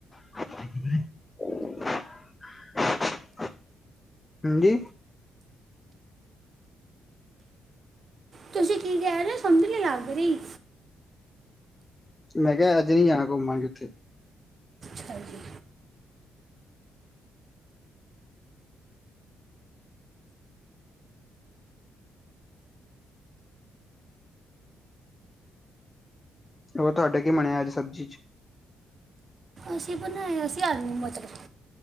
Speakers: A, on the left (about 20°); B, on the right (about 45°).
A: ਹਾਂਜੀ
B: ਤੁਸੀ ਕੀ ਕੈ ਰੇ ਓ ਸਮਝ ਨੀ ਲੱਗ ਰੀ।
A: ਮੈ ਕਿਹਾ ਅੱਜ ਨੀ ਜਾਣਾ ਘੁੰਮਣ ਕਿਤੇ।
B: ਹਾਂਜੀ।
A: ਉਹ ਤੁਹਾਡੇ ਬਣੇਆ ਅੱਜ ਸਬਜੀ 'ਚ।
B: ਅਸੀ ਬਣਾਇਆ ਸੀ ਆਲੂ ਮਟਰ।